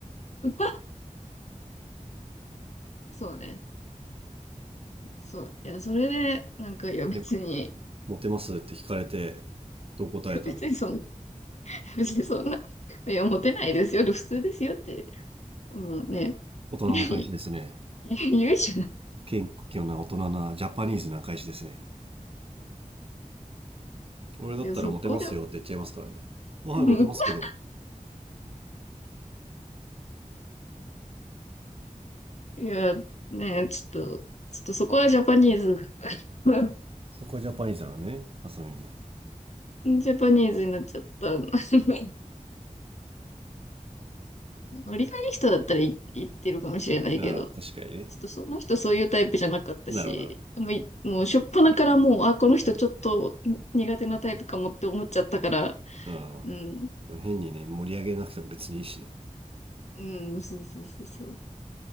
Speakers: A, on the left; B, on the right.
A: <laughs> そうね。そう。いや、それで、なんか、いや、別に、
B: え、モテますって聞かれて、どう答えたの
A: 別にそんな、別にそんな、いや、モテないですよ、普通ですよって、まあね、
B: 大人な返しですね。
A: <laughs> 言うじゃん。
B: 謙虚な大人なジャパニーズな返しですね。俺だったらモテますよって言っちゃいますからね。
A: いや、そこでも、
B: あはい、
A: <laughs>
B: モテますけど。
A: いや、ね、ちょっと、ちょっとそこはジャパニーズ <laughs>
B: そこはジャパニーズなのね、浅見も。
A: ジャパニーズになっちゃった。<laughs> 折り返し人だったらい言ってるかもしれないけど、
B: ああ、確かにね。
A: ちょっとその人そういうタイプじゃなかったし、
B: なるほど、なるほ
A: もうい、もう初っ端からもう、あ、この人ちょっと苦手なタイプかもって思っちゃったから、
B: ど。
A: うん、
B: うん。変にね、盛り上げなくても別にいいしね。
A: うん、そうそうそうそう。